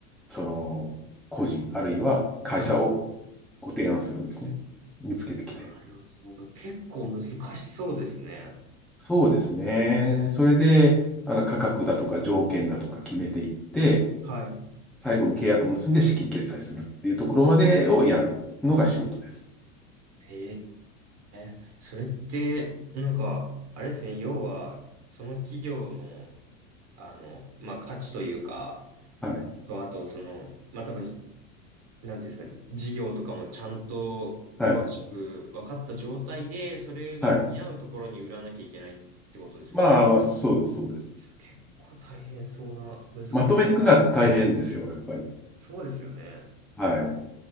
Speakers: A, in the centre; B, on the right.
A: その個人、あるいは会社を
B: はい。
A: ご提案するんですね。見つけてきて。
B: なるほど。結構難しそうですね。
A: そうですね。それで、あの価格だとか条件だとか決めていって、
B: はい。
A: 最後に契約結んで資金決済するっていうところまでをやるのが仕事です。
B: へえ、それって、なんか、あれですね、要は、その企業の、あの、まあ、価値というか、
A: はい。
B: と、あと、その、まあ、多分、なんていうんですか、事業とかもちゃんと詳しく分かった状態で、
A: はい。
B: それが見合うところに売らなきゃいけないってことですよね。
A: はい。まあ、まあ、そうです、そうです。
B: 結構大変そうな、難しい。
A: まとめていくのは大変ですよ、やっぱり。
B: そうですよね。
A: はい。